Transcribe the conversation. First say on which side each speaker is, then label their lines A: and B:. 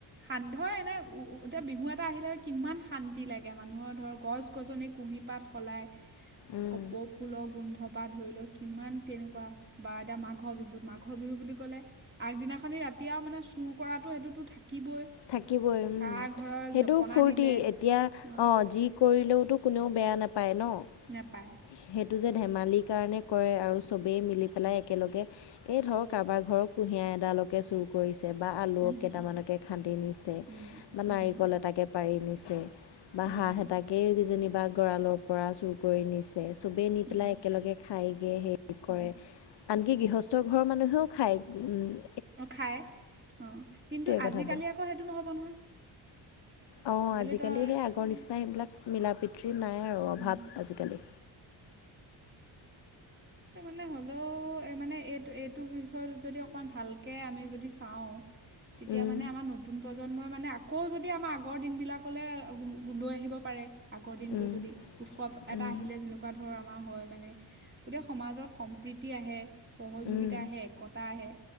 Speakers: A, on the right; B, on the left.
A: সাধ্যয় এনে <unintelligible> এতিয়া বিহু এটা আহিলে কিমান শান্তি লাগে, মানুহৰ ধৰ গছ-গজনি কুঁহিপাত সলায়
B: উম
A: কপৌ ফুলৰ গোন্ধ ত পৰা ধৰি লওঁক কিমান তেনেকুৱা বা এতিয়া মাঘৰ বিহুত মাঘৰ বিহু বুলি ক'লে আগদিনাখনি ৰাতি আৰু মানে চোৰ কৰাটো সেইটোতো থাকিবই।
B: থাকিবই উম,
A: কাৰ ঘৰৰ
B: সেইটো
A: জপনা
B: ফূৰ্তি
A: নিলে
B: এতিয়া
A: অঁ
B: অ' যি কৰিলেওতো কোনেও বেয়া নাপায় ন?
A: নাপায়।
B: সেইটো যে ধেমালিৰ কাৰণে কৰে, আৰু চবেই মিলি পেলাই একেলগে এই ধৰক কাৰোবাৰ ঘৰৰ কুঁহিয়া এডালকে চুৰ কৰিছে বা আলু
A: উম
B: কেইটামানকে খান্দি নিছে
A: উম
B: বা
A: উম
B: নাৰিকল এটাকে পাৰি নিছে বা
A: উম
B: হাঁহ এটাকে কেইজনিবা গঁৰালৰ পৰা চুৰ কৰি নিছে চবেই নি
A: উম
B: পেলাই একেলগে খাইগে হেৰি কি কৰে,
A: উম
B: আনকি
A: উম
B: গৃহস্থ ঘৰৰ মানুহেও খায়। উম
A: অ খায়। অ কিন্তু আজিকালি
B: কথাটো
A: আকৌ সেইটো নহ'ব নহয়।
B: অ আজিকালি
A: তই
B: সেই আগৰ
A: উম,
B: নিচিনা সেইবিলাক মিলা প্ৰিতিৰ নাই আৰু অভাৱ
A: উম,
B: আজিকালি।
A: তাৰ মানে হ'লেও মানে এইটো এইটো বিষয়ত যদি অকমান ভাল কে আমি যদি চাওঁ তেতিয়া
B: উম
A: মানে আমাৰ নতুন প্ৰজন্মই মানে আকৌ যদি আমাৰ আগৰ দিনবিলাকলৈ লৈ আহিব পাৰে আগৰ দিনবোৰ
B: উম
A: যদি উৎসৱ এটা
B: উম
A: আহিলে যেনেকুৱা ধৰ আমাৰ হয় মানে গোটেই সমাজত সম্প্ৰীতি আহে, সহযোগিতা
B: উম
A: আহে, একতা আহে,